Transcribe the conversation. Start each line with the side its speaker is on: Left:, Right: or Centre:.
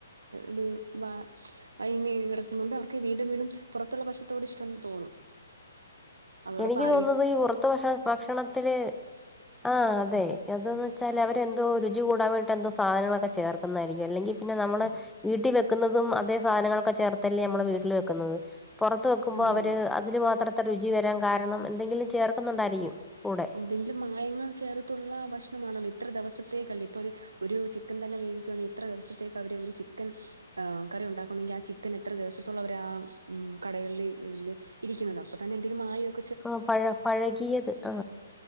Right: ഇത് വ <unintelligible> അവർക്ക് വീണ്ടും വീണ്ടും പുറത്തുള്ള ഭക്ഷണത്തോട് ഇഷ്ട തോന്നും അതോടൊപ്പം
Centre: എനിക്ക്
Right: ആരോഗ്യ
Centre: തോന്നുന്നത് ഈ പുറത്ത ഭക്ഷ ഭക്ഷണത്തില് ആ അതെ അതന്ന് വെച്ചാൽ അവരെന്തോ രുചി കൂടാൻ വേണ്ടട്ട് എന്തോ സാധനങ്ങളൊക്കെ ചേർക്കുന്നതായിരിക്കും അല്ലെങ്കിൽ പിന്നെ നമ്മള് വീട്ടിൽ വെക്കുന്നതും അതേ സാധനങ്ങളൊക്കെ ചേർത്തല്ലേ നമ്മെ വീട്ടിൽ വെക്കുന്നത് പൊറത്ത് വെക്കുമ്പോ
Right: അതെ
Centre: അവര്
Right: അതെ
Centre: അതിന് മാത്രത്തെ രുചി വരാൻ കാരണം എന്തെങ്കിലും ചേർക്കുന്നുണ്ടായിരിക്കും കൂടെ
Right: എന്തെങ്കിലും മായങ്ങൾ ചേർത്തുള്ള ഭക്ഷണമാണല്ലോ ഇത്ര ദിവസത്തേക്കല്ലേ ഇപ്പോരു ഒരു ചിക്കൻ തന്നെ വേവിക്കന്ന എത്ര ദിവസത്തേക്ക് അവര് ഒരു ചിക്കൻ കറി ഉണ്ടാക്കണങ്കിൽ ആ ചിക്കൻ എത്ര ദിവസത്തോളംവർ ആ കടകളിൽ ഇരിക്കുന്നത് അപ്പൊ തന്നെ എന്തേങ്കും മായക്കെ
Centre: ആ പഴ പഴകിയത് ആ